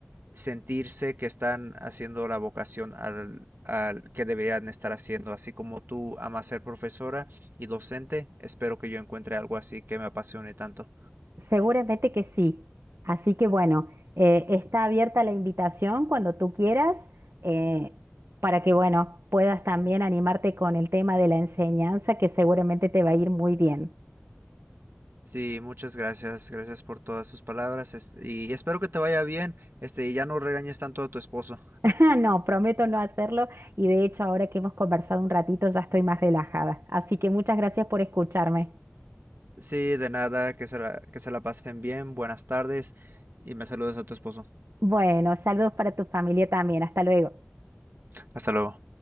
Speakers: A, on the right; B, on the right.
A: sentirse que están haciendo la vocación al, al que deberían estar haciendo. Así como tú amas ser profesora y docente, espero que yo encuentre algo así que me apasione tanto.
B: Seguramente que sí. Así que bueno, eh, está abierta la invitación cuando tú quieras, eh, para que bueno, puedas también animarte con el tema de la enseñanza, que seguramente te va a ir muy bien.
A: Sí, muchas gracias, gracias por todas sus palabras es- y espero que te vaya bien, este, y ya no regañes tanto a tu esposo.
B: <laughs> Ah, No, prometo no hacerlo y de hecho ahora que hemos conversado un ratito ya estoy más relajada. Así que muchas gracias por escucharme.
A: Sí, de nada, que se la, que se la pasen bien, buenas tardes y me saludes a tu esposo.
B: Bueno, saludos para tu familia también. Hasta luego.
A: Hasta luego.